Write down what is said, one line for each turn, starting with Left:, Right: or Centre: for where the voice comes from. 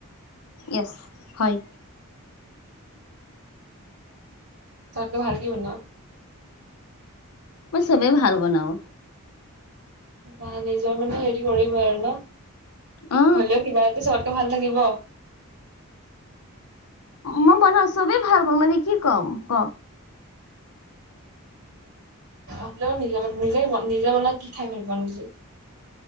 Left: ইএছ হয়।
Right: আটাইতকৈ ভাল কি বনোৱা?
Left: মই চবেই ভাল বনাও।
Right: বা নিজৰ মানে হেৰি কৰিবই আৰু ন
Left: অ
Right: হলেও কিবা এটা চ। টো ভাল লাগিব।
Left: মই বনাওঁ চবেই ভাল বনাওঁ মানে কি কম ক।
Right: হলেও নিজে নিজে নিজে বনাই কি খাই ভাল পাওঁ নিজে।